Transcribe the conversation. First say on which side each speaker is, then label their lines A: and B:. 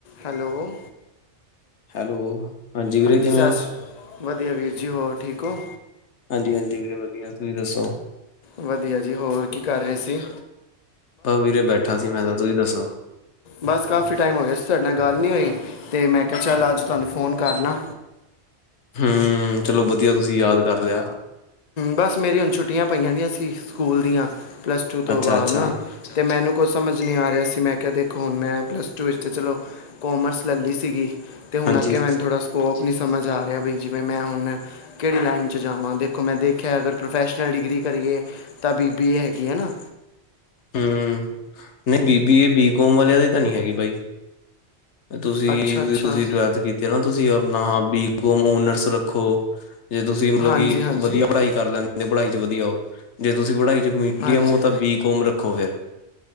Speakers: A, on the left; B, on the left.
A: Hello.
B: Hello ਵੀਰੇ
A: ਹਾਂਜੀ
B: ਕਿਵੇਂ
A: ਸ
B: ਹੋ
A: ਵਧੀਆ ਵੀਰ ਜੀ ਹੋਰ ਠੀਕ ਹੋ?
B: ਹਾਂਜੀ, ਹਾਂਜੀ ਵੀਰੇ ਵਧੀਆ ਤੁਸੀਂ ਦੱਸੋ?
A: ਵਧੀਆ ਜੀ ਹੋਰ ਕੀ ਕਰ ਰਹੇ ਸੀ।
B: ਬਸ ਵੀਰੇ ਬੈਠਾ ਸੀ ਮੈਂ ਤਾਂ ਤੁਸੀਂ ਦੱਸੋ?
A: ਬਸ ਕਾਫੀ ਟਾਈਮ ਹੋ ਗਿਆ ਸੀ, ਤੁਹਾਡੇ ਨਾਲ ਗੱਲ ਨੀ ਹੋਈ ਤੇ ਮੈਂ ਕਿਹਾ ਚੱਲ ਅੱਜ ਤੁਹਾਨੂੰ ਫੋਨ ਕਰ ਲਾਂ।
B: ਹਮ ਚਲੋ ਵਧੀਆ ਤੁਸੀਂ ਯਾਦ ਕਰ ਲਿਆ।
A: ਬਸ ਮੇਰੀ ਹੁਣ ਛੁੱਟੀਆਂ ਪਈਆਂ ਦੀਆਂ ਸੀ ਸਕੂਲ ਦੀਆਂ, ਪਲੱਸ ਟੂ ਤੋਂ
B: ਅੱਛਾ
A: ਬਾਅਦ
B: ਅੱਛਾ
A: ਨਾ ਤੇ ਮੈਨੂੰ ਕੁਛ ਸਮਝ ਨਹੀਂ ਆ ਰਿਹਾ ਸੀ, ਮੈਂ ਕਿਹਾ ਦੇਖੋ ਹੁਣ ਮੈਂ ਪਲੱਸ ਟੂ ਵਿੱਚ ਤਾਂ ਚਲੋ ਕੋਮਰਸ ਲੈ ਲਈ ਸੀਗੀ। ਤੇ ਹੁਣ
B: ਹਾਂਜੀ
A: ਅੱਗੇ ਮੈਨੂੰ ਥੋੜ੍ਹਾ ਸਕੋਪ ਨਹੀਂ ਸਮਝ ਆ ਰਿਹਾ ਵੀ, ਜਿਵੇਂ ਮੈਂ ਹੁਣ ਕਿਹੜੀ ਲਾਈਨ ਚ ਜਾਵਾਂ ਤੇ ਦੇਖੋ ਮੈਂ ਦੇਖਿਆ ਅਗਰ ਪ੍ਰੋਫੈਸ਼ਨਲ ਡਿਗਰੀ ਕਰੀਏ ਤਾਂ ਬੀਬੀ ਏ ਹੈਗੀ ਹੈ ਨਾ।
B: ਹਮ ਨਹੀਂ ਬੀਬੀਏ ਬੀਕੋਮ ਵਾਲਿਆਂ ਦੀ ਤਾਂ ਨਹੀਂ ਹੈਗੀ ਬਾਈ ਤੁਸੀਂ,
A: ਅੱਛਾ ਅੱਛਾ
B: ਤੁਸੀਂ ਟਵੇਲਥ ਕੀਤੀ ਨਾ ਤੁਸੀਂ ਆਪਣਾ ਬੀਕੋਮ ਓਨਰਸ ਰੱਖੋ। ਜੇ ਤੁਸੀਂ ਮਤਲਬ
A: ਹਾਂਜੀ
B: ਕਿ
A: ਹਾਂਜੀ
B: ਵਧੀਆ ਪੜ੍ਹਾਈ ਕਰ ਲੈਂਦੇ ਪੜ੍ਹਾਈ ਚ ਵਧੀਆ ਹੋ ਜੇ ਤੁਸੀਂ ਪੜ੍ਹਾਈ ਚ ਮੀਡੀਅਮੋ
A: ਹਾਂਜੀ
B: ਤਾਂ ਬੀ ਕੋੋਮ ਰੱਖੋ ਫੇਰ